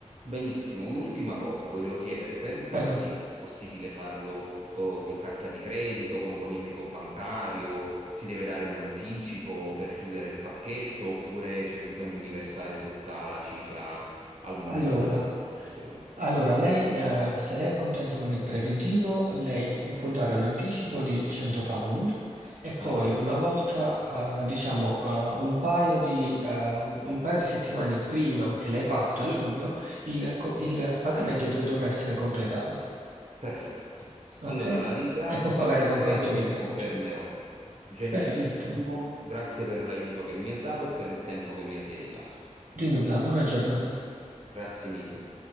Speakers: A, on the right; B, on the right.
A: Benissimo, un'ultima cosa volevo chiedere, per il pagamento
B: Prego.
A: è possibile farlo eh, con carta di credito, con bonifico bancario, si deve dare un anticipo per chiudere il pacchetto oppure c'è bisogno di versare tutta la cifra al momento
B: Allora,
A: dell'operazione?
B: Allora, lei, eh, se lei è contento con il preventivo, lei eh, può dare un anticipo di 100 pound e
A: Ah,
B: poi una volta, eh, diciamo, eh, un paio di, eh, un paio di settimane prima che lei parta a luglio, il, co- il pagamento dov- dovrà essere completato,
A: perfetto.
B: ok?
A: Allora la ringrazio,
B: E può pagare con
A: credo
B: carta di
A: che
B: credito.
A: confermerò. Gentilissimo,
B: Perfetto.
A: grazie per l'aiuto che mi ha dato e per il tempo che mi ha dedicato.
B: Di nulla, buona giornata.
A: Grazie mille.